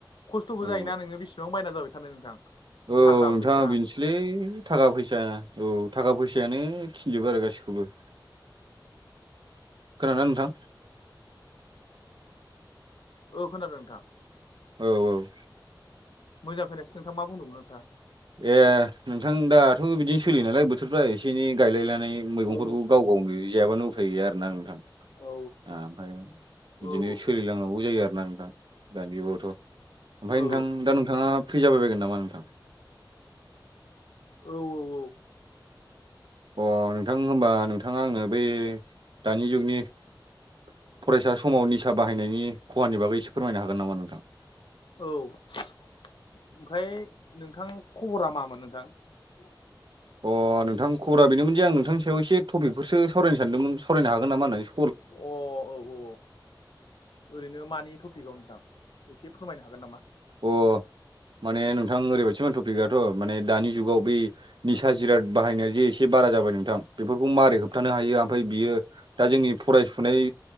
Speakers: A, on the left; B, on the right.
A: खसथ'बो
B: औ
A: जायोना नोङो बेसेबां बायना जाबाय थानो नोंथां
B: औ
A: थाखा
B: नोंथाङा
A: फैसा
B: बेनोसै सिलै थाखा फैसा औ थाखा फैसायानो थिनजोबो आरो गासिखौबो खोनादों ना नोंथां
A: औ खोनादों नोंथां
B: औ औ
A: मोजां खायासै नोंथां मा बुंदोंमोन नोंथा
B: ए नोंथां दाथ' बिदिनो सोलियो नालाय बोथोरफ्रा एसे एनै गायलाय नानै बे मैगंफोरखौ
A: औ
B: गाव गावनो जायाबानो उफाय गैया आरोना नोंथां ओमफ्राय।
A: औ
B: बिदिनो
A: औ
B: सोलिलांनांगौ जायो आरोना नोंथां दानि जावथ' ओमफ्राय
A: औ
B: नोंथां दा नोंथाङा फ्रि जाबायगोन नामा नोंथां।
A: औ औ औ।
B: अ नोंथां होनबा नोंथाङा आंनो बै। दानि जुगनि फरायसा समावनि। फिसा बाहायनायनि खहानि बागै एसे फोरमायनो हागोन नामा नोंथां।
A: औ ओमफ्राय नोंथां खबरा मामोन नोंथां। उम
B: अ नोंथां खबरा बेनोमोन जे आं नोंथांनि सायाव एसे टपिकफोरसो सरायनो सानदोंमोन सरायनो हागोन नामा होननानै।
A: अ औ औ। ओरैनो मानि टपिकआव नोंथां एसे फोरमायनो हागोन नामा
B: अ माने नोंथां ओरैबायदिमोन टपिकआथ' माने दानि जुगाव बै निसा जिराद बाहायनाया जे एसे बारा जाबाय नोंथां बेफोरखौ मारै होबथानो हायो आं ओमफ्राय बियो दा जोंनि फरायसुनाय